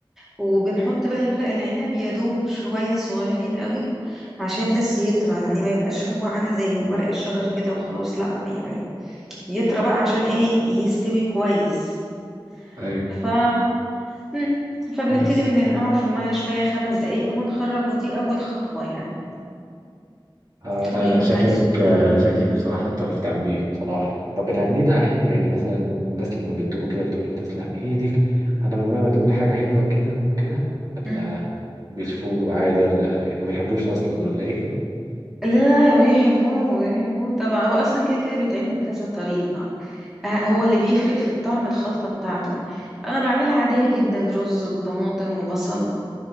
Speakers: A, in the centre; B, on the right (about 45°).
A: وبنحط بقى الورق العنب يا دوب شويه صغيرين قوي عشان بس يطرى يعني ما يبقاش هو عامل زي ورق الشجر كده وخلاص لا يعني يطرى بقى عشان ايه يستوي كويس
B: ايوه
A: ف مم. فبنبتدي
B: بس
A: بننقعه في المية شوية خمس دقايق وبنخرج ودي أول خطوة يعني
B: آه لا
A: واللي
B: لا
A: كنت
B: شكلك
A: عايز تقوليها
B: آه شكلك بصراحة بتعرف تعمليه بصراحة طب بتعمليه بقى حلو يعني مثلا الناس لما بتدوقه كده بتقول تسلم ايدك انا عمري ما دقنا حاجة حلوة كده كده ولا
A: مم.
B: بيشوفوه عادي ولا ما بيحبوش اصلا ولا ايه
A: لا لا بيحبوه بيحبوه طبعا هو أصلا كده كده بيتعمل بكذا طريقة آه، هو اللي بيفرق في الطعم الخلطة بتاعته أنا بعملها عادية جدا رز وطماطم وبصل